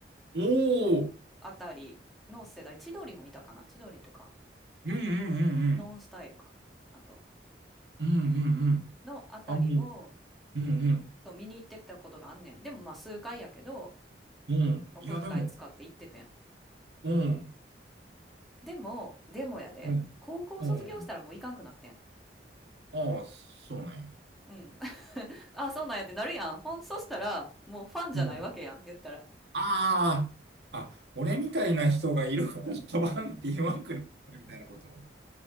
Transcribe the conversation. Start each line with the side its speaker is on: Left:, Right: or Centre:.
Right: おお。
Centre: あたりの世代、千鳥もいたかな千鳥とか、
Right: うんうんうんうん。
Centre: ノンスタイルか。あと、
Right: うんうんうん。
Centre: のあたりを、
Right: あ、もう、うんうん。
Centre: そう見に行ってったことがあんねん。でもまあ数回やけど、
Right: うん。
Centre: お小遣い使って行っててん。
Right: いや、でも、うん。
Centre: でも、でもやで、
Right: うん。
Centre: 高校卒業したらもういかんくなってん。
Right: うん。ああ、そうなんよ。
Centre: うん。<laughs> あ、そうなんやってなるやん。ほん、そしたら、もうファンじゃないわけやん、
Right: うん。
Centre: 言ったら。
Right: ああ。あ、俺みたいな人がいるから、バンって言わんくなるみたいなこと